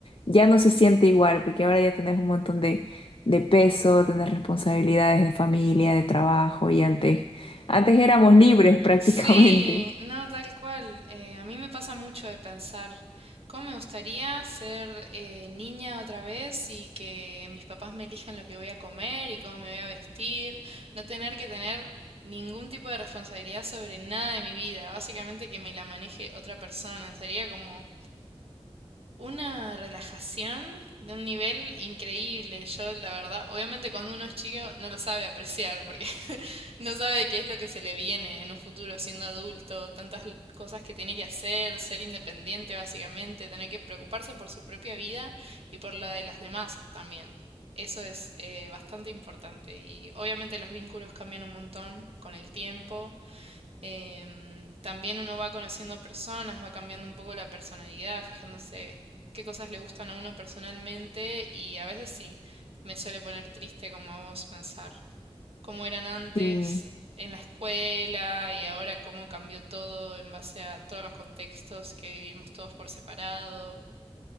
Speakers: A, on the left; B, on the right.
A: ya no se siente igual, porque ahora ya tenés un montón de, de peso, tenés responsabilidades de familia, de trabajo y antes, antes éramos libres <laughs> prácticamente.
B: Sí, no, tal cual. Eh, a mí me pasa mucho de pensar cómo me gustaría ser eh, niña otra vez y que mis papás me elijan lo que voy a comer y cómo me voy a vestir, no tener que tener ningún tipo de responsabilidad sobre nada de mi vida, básicamente que me la maneje otra persona. Sería como una relajación de un nivel increíble. Yo, la verdad, obviamente cuando uno es chico no lo sabe apreciar porque <laughs> no sabe qué es lo que se le viene en un futuro siendo adulto, tantas l- cosas que tiene que hacer, ser independiente básicamente, tener que preocuparse por su propia vida y por la de las demás también. Eso es eh, bastante importante y obviamente los vínculos cambian un montón con el tiempo Em, también uno va conociendo personas, va cambiando un poco la personalidad, fijándose qué cosas le gustan a uno personalmente y a veces sí, me suele poner triste como a vos pensar cómo eran antes
A: Sí.
B: en la escuela y ahora cómo cambió todo en base a todos los contextos que vivimos todos por separado.